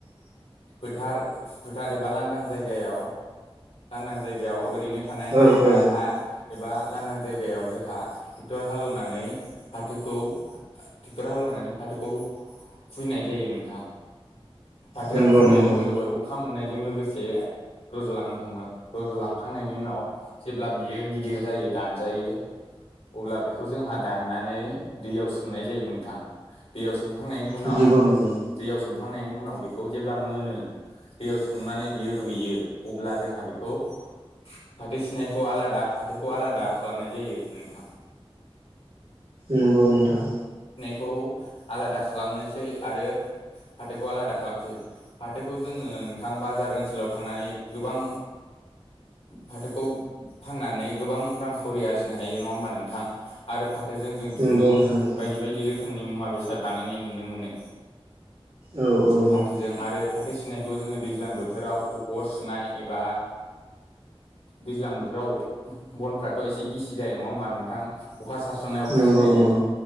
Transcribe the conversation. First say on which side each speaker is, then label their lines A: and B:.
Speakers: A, on the left; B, on the right.
A: फोथार फोथार एबा लांदां जायगायाव लांदां जायगायाव ओरैनो थानाय
B: औ
A: जायगा
B: औ
A: हा एबा लांदां जायगायाव जोंहा ट्रेक्टर हालेवनानै फाथोखौ थेकथर हालौनानै फाथोखौ खुबैनाय जायो नोंथां। फाथोआ
B: नंगौ
A: खुबैनाय
B: नंगौ
A: लगै लगै अखा मोननायजों लोगो से रज'लांनो हमो। रज'लांखांनायनि उनाव जेब्ला बियो गिदिर जायो दानजायो अब्ला बेखौ जोंहा दाननानै दैयाव सोमनाय जायो नोंथां। दैयाव दुंखांनायनि उनाव
B: नंगौ नंगौ
A: दैयाव सोमखांनायनि उनाव बेखौ जेब्ला मोनो। दैयाव सोंनानै बियो रुयो अब्ला जोंहा बेखौ। फाथो सिनायखौ आलादा फाथोखौ आलादा खालामनाय जायो नोंथां।
B: नंगौ नोंथां।
A: खौ आलादा खालामनोसै आरो फाथोखौ आलादा खालामसै। फाथोखौ जोङो नोंथां बाजार ओनसोलाव थांनानै गोबां। फाथोखौ फाननानै गोबां रांखावरि आरजिनो हायो नङा होमबा नोंथां। आरो फाथोजों जों दुरुं
B: नंगौ नोंथां नंगौ
A: बायदि बायदि रोखोमनि मुवा बेसाद बानायनाय नुनो मोनो।
B: औ औ
A: फाथोजों आरो। फाथो सिनायखौ जोङो दैज्लां बोथोराव अ अर सुनाय एबा। दैज्लां बोथोराव बनफ्राथ' एसे गिसि जायो नङा होमबा नोंथां। अखा सारसननाय अखा
B: नंगौ
A: सिनायजों
B: नंगौ